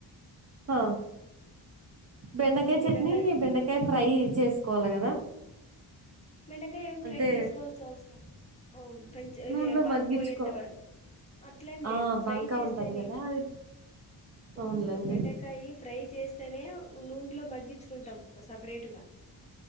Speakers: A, on the right; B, on the left.
A: హా బెండకాయ
B: బీరకాయ
A: చట్నీ బెండకా అంటే ఫ్రై చేసుకోవాల్ల కదా
B: బెండకాయ ఏమి ఫ్రై
A: అంటే
B: చేసుకోవాల్సి అవసరం ఓ ఇది
A: నూనెలో
B: బంక్
A: మగ్గించుకో
B: పోయేంత వరకు అట్లేం లేదు
A: ఆ
B: ఫ్రై
A: బంక
B: చేస్తేనే
A: ఉంటది కదా అది
B: ఉహ్
A: అవునులేండి
B: బెండకాయి ఫ్రై చేస్తేనే నూనెలో మగ్గించుకుంటాం సపరేట్గా